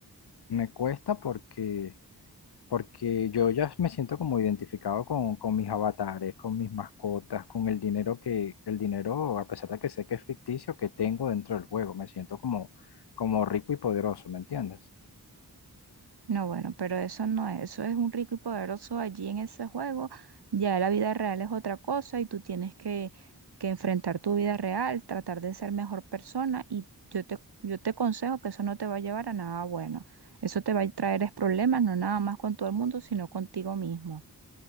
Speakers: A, on the left; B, on the right.
A: Me cuesta porque, porque yo ya me siento como identificado con, con mis avatares, con mis mascotas, con el dinero que, el dinero, a pesar de que sé que es ficticio, que tengo dentro del juego. Me siento como, como rico y poderoso, ¿me entiendes?
B: No, bueno, pero eso no es, eso es un rico y poderoso allí en ese juego. Ya la vida real es otra cosa y tú tienes que, que enfrentar tu vida real, tratar de ser mejor persona y yo te, yo te aconsejo que eso no te va a llevar a nada bueno. Eso te va a traer es problemas, no nada más con todo el mundo, sino contigo mismo.